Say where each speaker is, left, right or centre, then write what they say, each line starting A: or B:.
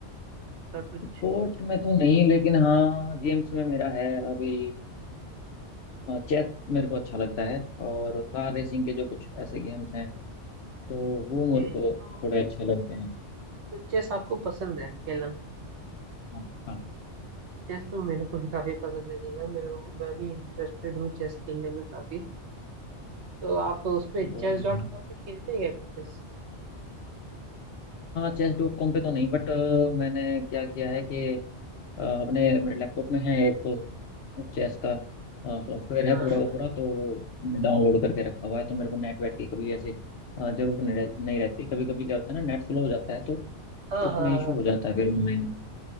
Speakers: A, on the right; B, on the left.
A: ऐसा कुछ
B: स्पोर्ट में तो नहीं लेकिन हाँ गेम्स में मेरा है अभी चेस मेरे को अच्छा लगता है और कार रेसिंग के जो कुछ ऐसे गेम्स हैं तो वो
A: ओके
B: मेरे
A: तो,
B: को थोड़े अच्छे लगते हैं
A: तो चेस आपको पसंद है खेलना
B: हाँ हाँ
A: चेस तो मेरे को भी काफी पसंद है खेलना मेरे को मैं भी इंटरेस्टेड हूँ चेस खेलने में काफी तो आप उस पे
B: बहुत
A: चेस
B: बढ़िया
A: डॉट कॉम पे खेलते हैं क्या चेस
B: चेस डॉट कॉम पे तो नहीं बट मैंने क्या किया है कि अ, अपने मेरे लैपटॉप में है एक चेस का सॉफ्टवेयर
A: हाँ
B: है पूरा
A: हाँ
B: का पूरा तो डाउनलोड करके रखा हुआ है तो मेरे को नेट वेट की कभी ऐसी अ, जरूरत नहीं, रह, नहीं रहती कभी कभी क्या होता है ना नेट स्लो हो जाता है तो
A: हाँ
B: उसमें
A: हाँ
B: इशू
A: हाँ।
B: हो जाता है फिर ऑनलाइन